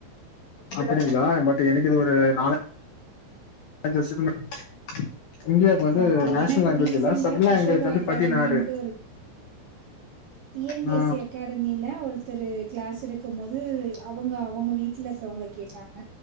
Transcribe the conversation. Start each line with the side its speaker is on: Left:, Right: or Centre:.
Left: அப்புடிங்களா பட் எனக்கு இது ஒரு நாலே அஞ்சு <unintelligible> இண்டியாவுக்கு வந்து
Right: ஓகே.
Left: நேஷனல்
Right: ஏன்னா இப்ப
Left: லேங்குவேஜ்ல்ல
Right: ரீசென்ட்டா
Left: சப் லேங்குவேஜ்
Right: கிறிஷோபா
Left: வந்து
Right: அகாடமின்ட்டு
Left: பதினாறு
Right: டி என் பி
Left: ஆ
Right: எஸ் சி அகா டமில ஒருத்தரு கிளாஸ் எடுக்கும் போது அவுங்க அவுங்க வீட்ல இருக்கறவங்கள கேட்டாங்க